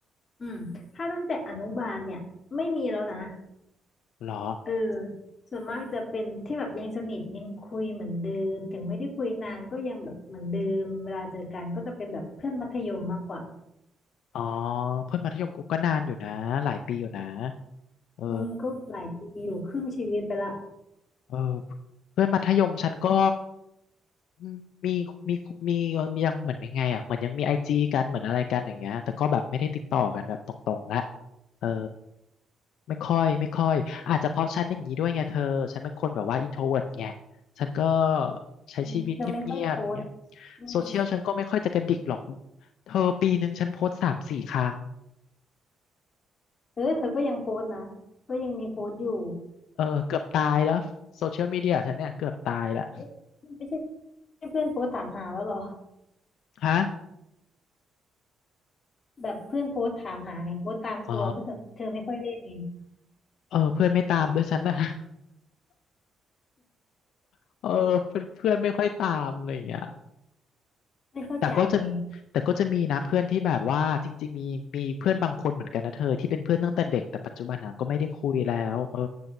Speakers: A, on the left; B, on the left.
A: อืมถ้าตั้งแต่อนุบาลเนี่ยไม่มีแล้วนะ
B: เหรอ
A: เออส่วนมากจะเป็นที่แบบยังสนิทยังคุยเหมือนเดิมถึงไม่ได้คุยนานก็ยังแบบเหมือนเดิมเวลาเจอกันก็จะเป็นแบบเพื่อนมัธยมมากกว่า
B: อ๋อเพื่อนมัธยมกูก็นานอยู่นะหลายปีอยู่นะเออ
A: อืมก็หลายปีอยู่ครึ่งชีวิตไปละ
B: เออเพื่อนมัธยมฉันก็อืมมีมีมียังเหมือนไม่ไงอ่ะเหมือนยังมีไอจีกันเหมือนอะไรกันอย่างเงี้ยแต่ก็แบบไม่ได้ติดต่อกันแบบตรงๆละเออ ไม่ค่อยไม่ค่อยอาจจะเพราะฉันอย่างนี้ด้วยไงเธอฉันเป็นคนแบบว่าอินโทรเวิร์ไงฉันก็ใช้ชีวิตเงียบๆอย่างเงี้ย
A: อืมเธอไม่ค่อยโพสต์อืม
B: โซเชียลฉันก็ไม่ค่อยจะกระดิกหรอกเธอปีหนึ่งฉันโพสต์สามสี่ครั้ง
A: เออเธอก็ยังโพสต์นะก็ยังมีโพสต์อยู่
B: เออเกือบตายแล้วโซเชียลมีเดียฉันเนี่ยเกือบตายละ
A: เอ๊ะไม่ใช่เพื่อนโพสต์ถามหาแล้วเหรอ
B: ฮะ
A: แบบเพื่อนโพสต์ถามหาไงโพสต์ตามตัวเพราะเธอเธอไม่ค่อยเล่นไง
B: อ๋อเออเพื่อนไม่ตามด้วยฉันนะ <laughs> เออเพื่อนเพื่อนไม่ค่อยตามอะไรอย่างเงี้ย
A: ไม่เข้าใจไง
B: แต่ก็จะแต่ก็จะมีนะเพื่อนที่แบบว่าจริงๆมีมีเพื่อนบางคนเหมือนกันนะเธอที่เป็นเพื่อนตั้งแต่เด็กแต่ปัจจุบันอ่ะก็ไม่ได้คุยแล้วเออ